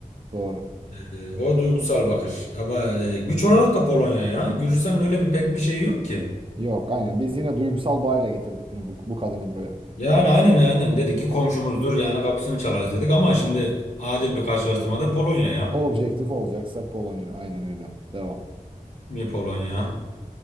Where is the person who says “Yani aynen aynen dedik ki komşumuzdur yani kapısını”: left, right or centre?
Left